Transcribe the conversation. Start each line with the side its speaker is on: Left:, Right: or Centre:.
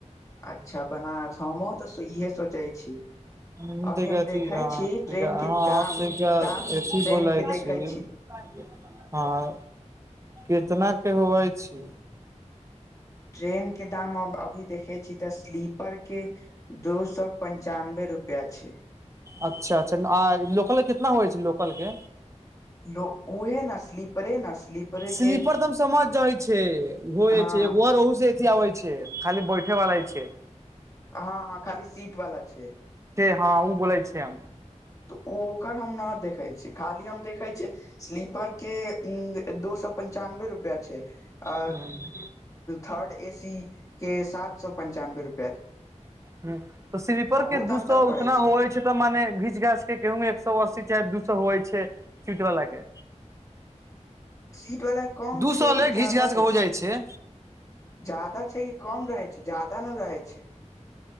Left: अच्छा बनारस हमहुँ तऽ इहे सोचैय छी
Right: ह
Left: अभी
Right: तै
Left: हम देखै
Right: छी ह
Left: ट्रेन
Right: हँ
Left: के दाम
Right: तै
Left: दाम
Right: अथी
Left: ट्रेन
Right: बोलै
Left: के देखै
Right: छी <unintelligible> हाँ केतना के हुवए छी
Left: ट्रेन के दाम अब अभी देखै छी तऽ स्लीपर के दू सौ पंचानबे रूपया छै
Right: अच्छा अच्छा आ लोकल कितना होइ छैए लोकल के
Left: लो उहे ने स्लीपरे ने स्लीपरे
Right: स्लीपर
Left: के
Right: त हम समझ जाइ छे गोये
Left: हँ
Right: छैइ एगो सीट आवै छे खाली बैठे वला <unintelligible> छै
Left: हां हां खाली सीट वाला छे
Right: हां ओ बोलय छी आ
Left: तऽ ओ ओकर हम न देखैछी खाली हम देखैई छिअइ स्लीपर के दो स पञ्चानबे रुपया छे अ
Right: ह
Left: थर्ड ए सी के सात सौ पञचानबे रुपए
Right: हूंअ् तऽ स्लीपर
Left: बहुत
Right: के दू
Left: अन्तर
Right: स
Left: पड़ै
Right: उतना
Left: छै
Right: होइ छैय तऽ माने घीच घाच के गेहूमे एक सए अस्सी चाहे दू सए होइ छैय सीट वला के
Left: सीट वाला कम
Right: दू
Left: छैइ
Right: सए ले
Left: कि
Right: घीच
Left: जादा
Right: घाच
Left: रहै
Right: के हो
Left: छैय
Right: जाइ छै
Left: जादा छैइ कि कम रहैइ छैइ ज्यादा न रहैए छैइ